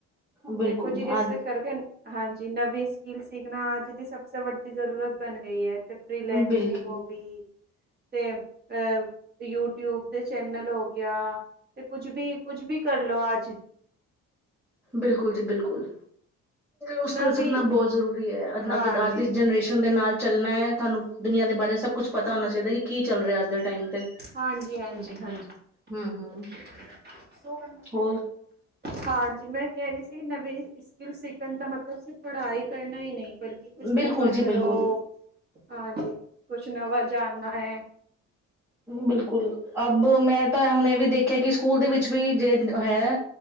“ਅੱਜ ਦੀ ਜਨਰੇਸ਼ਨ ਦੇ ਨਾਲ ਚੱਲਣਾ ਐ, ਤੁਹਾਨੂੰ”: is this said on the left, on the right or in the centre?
Centre